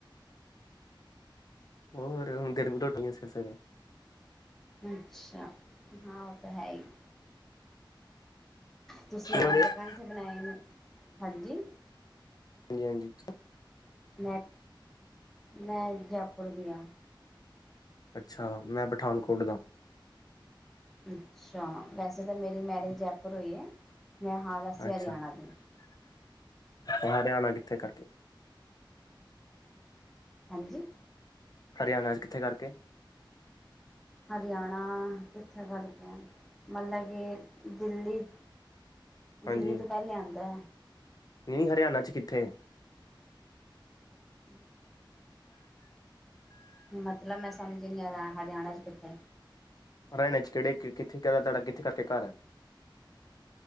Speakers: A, on the left; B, in the centre.
A: ਹੋਰ ਹੁਣ ਤਿੰਨ ਵਜੇ ਉਠੇ ਸਵੇਰੇ-ਸਵੇਰੇ।
B: ਅੱਛਾ ਹਾਂ ਉਹ ਤਾਂ ਹੈ ਹੀ ਤੁਸੀਂ ਆਲੂ
A: ਹਾਂਜੀ
B: ਦੇ ਪਰਾਂਠੇ ਬਣਾਏ ਨੇ ਹਾਂਜੀ
A: ਜੀ-ਹਾਂਜੀ।
B: ਮੈਂ ਮੈਂ ਜੈਪੁਰ ਦੀ ਆ।
A: ਅੱਛਾ ਮੈਂ ਪਠਾਨਕੋਟ ਦਾ।
B: ਅੱਛਾ ਵੈਸੇ ਤਾਂ ਮੇਰੀ ਮੈਰਿਜ ਜੈਪੁਰ ਹੋਈ ਹੈ ਮੈਂ ਹਾਂ ਵੈਸੇ
A: ਅੱਛਾ
B: ਹਰਿਆਣਾ ਦੀ।
A: ਹਰਿਆਣਾ ਕਿੱਥੇ ਕਰਕੇ
B: ਹਾਂਜੀ
A: ਹਰਿਆਣਾ ਚ ਕਿੱਥੇ ਕਰਕੇ?
B: ਹਰਿਆਣਾ ਕਿੱਥੇ ਕਰਕੇ, ਮਤਲਬ ਕਿ ਦਿੱਲੀ
A: ਹਾਂਜੀ
B: ਦਿੱਲੀ ਤੋਂ ਪਹਿਲੇ ਆਂਦਾ।
A: ਨਹੀਂ ਹਰਿਆਣਾ ਚ ਕਿੱਥੇ?
B: <inaudible> ਮਤਲਬ ਮੈਂ ਸਮਝੀ ਨਹੀ, ਹਰਿ ਹਰਿਆਣਾ ਚ ਕਿੱਥੇ?
A: ਹਰਿਆਣੇ ਚ ਕਿਹੜੇ, ਕ ਕਿੱਥੇ ਤੁਹਾਡਾ ਕਿੱਥੇ ਕਰਕੇ ਘੱਰ ਐ?